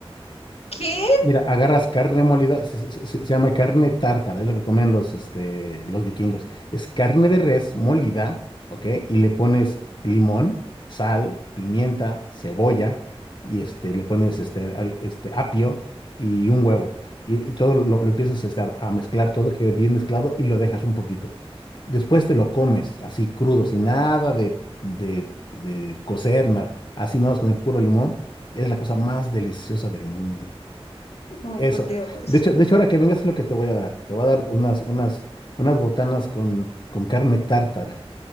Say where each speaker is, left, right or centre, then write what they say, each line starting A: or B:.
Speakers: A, on the left; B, on the left.
A: ¿Qué?
B: Mira, agarras carne molida, se, se- se- se llama carne tártara, es lo que comían los, este, los vikingos. Es carne de res molida, ¿ok? Y le pones limón, sal, pimienta, cebolla, y este, le pones este, al- este apio y un huevo. Y, y todo lo, lo empiezas este, a, a mezclar, todo queda bien mezclado y lo dejas un poquito. Después te lo comes así crudo, sin nada de, de, de cocer, nada. Así nomás con el puro limón. Es la cosa más deliciosa del mundo.
A: Oh,
B: Eso.
A: por Dios.
B: De hecho, de hecho, ahora que vengas es lo que te voy a dar. Te voy a dar unas, unas, unas botanas con, con carne tártara,